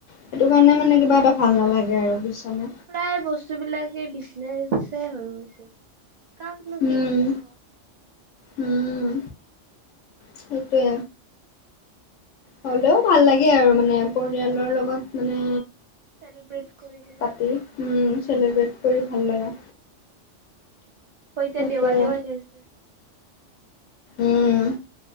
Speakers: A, on the left; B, on the right.
A: সেইটো কাৰণে
B: আজিকালি
A: মানে কিবা এটা ভাল নালাগে আৰু বুজিছানে।
B: প্ৰায় বস্তু বিলাকে বিজনেচ হৈ গৈছে, কাকনো
A: উম
B: কি কবা ন।
A: উম সেইটোৱে। হ'লেও ভাল লাগে আৰু মানে। পৰিয়ালৰ লগত
B: অ
A: মানে
B: চেলিব্ৰেট কৰি কিনে
A: পাতি উম চেলিব্ৰেট কৰি। ভাল লাগে
B: হয় এতিয়া
A: সেইটোৱে।
B: দেৱালী আহি আছে
A: উম